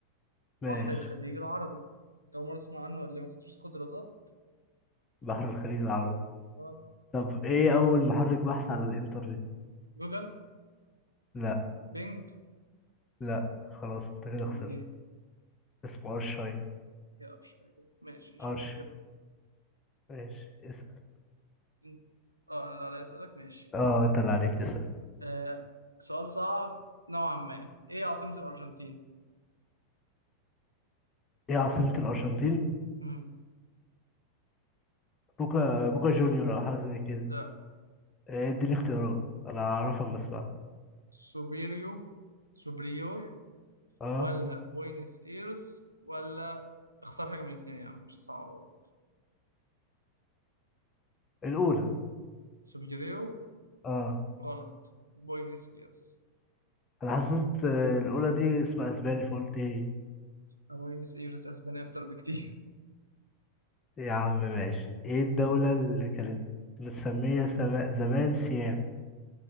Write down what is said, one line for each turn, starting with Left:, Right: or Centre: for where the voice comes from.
Left: ماشي
Right: بحر الخليج العربي أنت أول مرة تسمع عنه ولا إيه؟ ما كنتش تاخد دراسات؟
Left: بحر الخليج العربي
Right: أه
Left: طب إيه أول محرك بحث على الإنترنت
Right: جوجل
Left: لا
Right: بينج
Left: لا خلاص أنت كده
Right: أمال
Left: خسرت
Right: إيه؟
Left: اسمه أرشاي
Right: يا قرش فايدة ماشي مش
Left: أرش
Right: مشكلة
Left: ماشي اسأل
Right: أنت- أه أنا اللي عليا أسألك ماشي
Left: اه أنت اللي عليك تسأل
Right: آه سؤال صعب نوعا ما إيه عاصمة الأرجنتين؟
Left: إيه عاصمة الأرجنتين
Right: مم.
Left: بوكا بوكا جونيور أو حاجة زي كده
Right: لا
Left: إيه، اديني اختيارات أنا أعرفها أما أسمعها
Right: سوبيريو سوبريور
Left: اه
Right: ولا بوينس إيرس ولا اختار حاجة من الاتنين يا عم مش صعب والله
Left: الأولى
Right: سوبيريو
Left: اه
Right: غلط بوينس إيرس
Left: أنا حسيت آه، الأولى دي اسمها أسباني فقلت هي
Right: بوينس ايرس اسبانيا اكتر بكتير
Left: يا عم ماشي ايه الدولة اللي كانت متسمية سما- زمان سيام